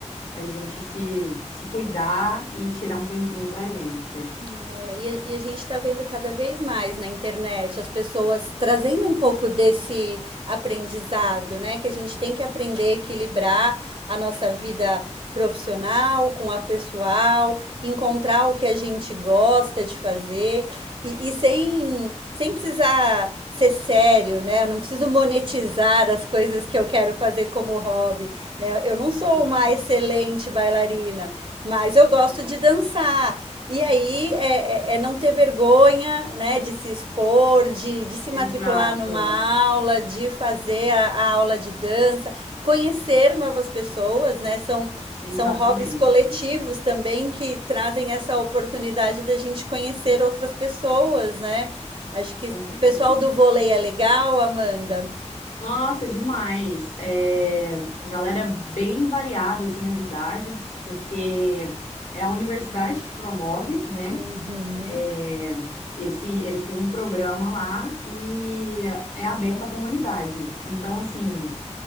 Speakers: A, on the left; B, on the right.
A: a gente se, se cuidar e tirar um tempinho pra gente.
B: É, e, a- e a gente está vendo cada vez mais na internet as pessoas trazendo um pouco desse aprendizado, né? Que a gente tem que aprender a equilibrar a nossa vida profissional com a pessoal, encontrar o que a gente gosta de fazer e, e sem, sem precisar ser sério, né? Eu não preciso monetizar as coisas que eu quero fazer como hobby, né? Eu não sou
A: Exato.
B: uma excelente bailarina, mas eu gosto de dançar. E aí é, é- é não ter vergonha, né, de se expor, de, de se
A: Exato,
B: matricular numa aula, de fazer a, a aula de dança, conhecer novas pessoas, né? São,
A: exatamente,
B: são hobbies coletivos também que trazem essa oportunidade da gente conhecer outras pessoas, né? Acho que
A: com
B: o
A: certeza.
B: pessoal do vôlei é legal, Amanda.
A: Nossa, é demais. É, a galera é bem variada, assim, as idades, porque é a universidade que promove, né?
B: Uhum.
A: É, esse, eles têm um programa lá e é aberto à comunidade. Então, assim,